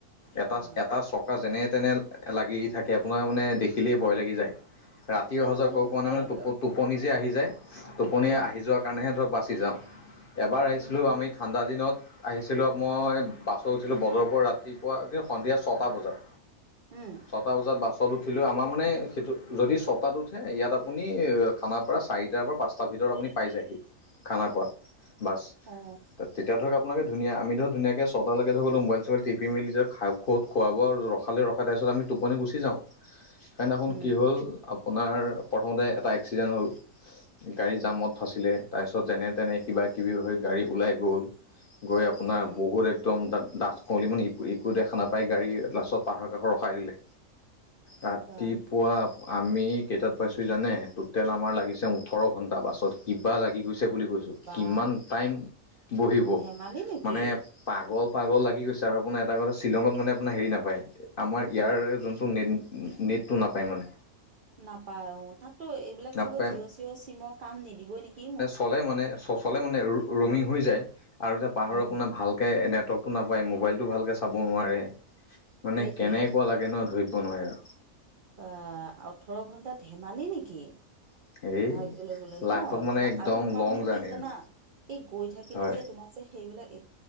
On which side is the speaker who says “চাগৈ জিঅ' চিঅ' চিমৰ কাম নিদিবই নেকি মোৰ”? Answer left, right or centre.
Right